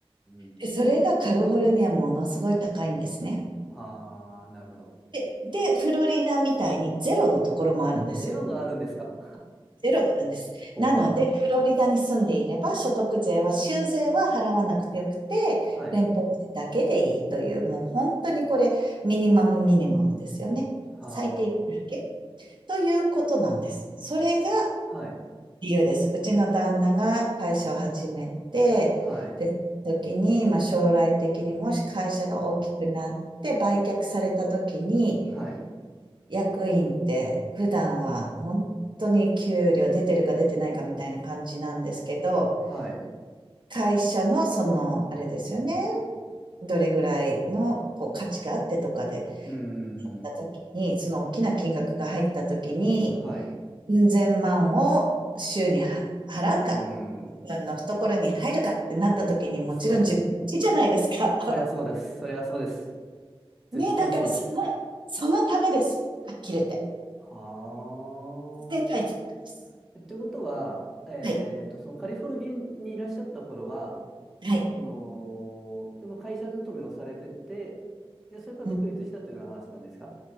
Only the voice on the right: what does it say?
でそれがカリフォルニアものすごい高いんですね。
で、でフロリダみたいにゼロのところもあるんですよ。
ゼロがあるんです。
なので、フロリダに住んでいれば、所得税は、州税は払わなくてよくて、
連邦税だけでいいという、もう本当にこれ、ミニマムミニマムですよね。
最低限だけということなんです。それが
理由です。うちの旦那が会社を始めて、
で、時に、まあ将来的にもし会社が大きくなって売却された時に、
役員って普段は本当に給料出てるか出てないかみたいな感じなんですけど、
会社のその、あれですよね、どれぐらいのこう価値があってとかで、
た時に、
その大きな金額が入った時に、
うん千万を週には払うか、
自分の懐に入るかってなった時にもちろん自分ちじゃないですか。
<laughs>
ね、だからその、そのためです。はっきり言って。
で、大切です。
はい。
はい。
うん